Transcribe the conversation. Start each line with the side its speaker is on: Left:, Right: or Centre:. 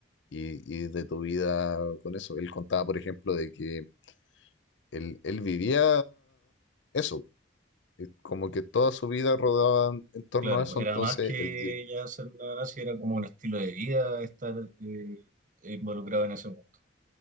Left: y, y de tu vida con eso. Él contaba, por ejemplo, de que él, él vivía eso, eh, como que toda su vida rodaba en en torno
Right: claro,
Left: a eso,
Right: era
Left: entonces
Right: más que
Left: el día,
Right: ya ser una nazi, era como un estilo de vida estar eh, involucrado en ese mundo.